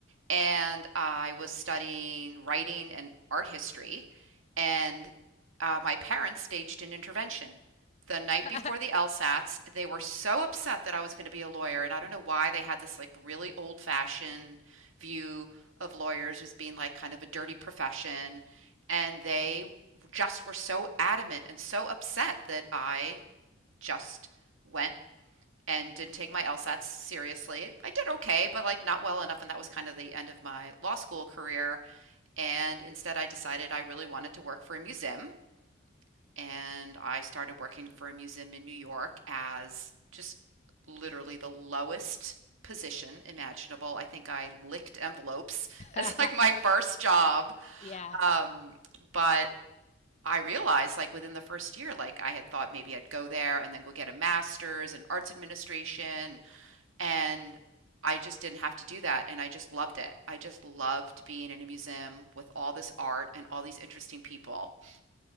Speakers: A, on the right (about 80°); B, on the left (about 35°).
A: And I was studying writing and art history, and uh, my parents staged an intervention the night
B: <laughs>
A: before the LSATs. They were so upset that I was going to be a lawyer. And I don't know why they had this like really old fashioned view of lawyers as being like kind of a dirty profession. And they just were so adamant and so upset that I just went and didn't take my LSATs seriously. I did okay, but like not well enough. And that was kind of the end of my law school career. And instead, I decided I really wanted to work for a museum and I started working for a museum in New York as just literally the lowest
B: Yeah.
A: position imaginable. I think I licked envelopes <laughs> as
B: yeah.
A: like my first job.
B: <laughs>
A: Um,
B: yeah.
A: but I realized like within the first year, like I had thought maybe I'd go there and then go get a master's in arts administration. And I just didn't have to do that. And I just loved it. I just loved being in a museum with all this art and all these interesting people.